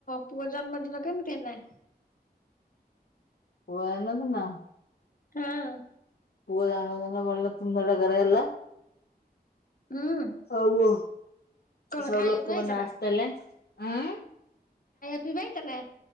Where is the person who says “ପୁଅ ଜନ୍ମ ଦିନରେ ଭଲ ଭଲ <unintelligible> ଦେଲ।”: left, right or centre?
Left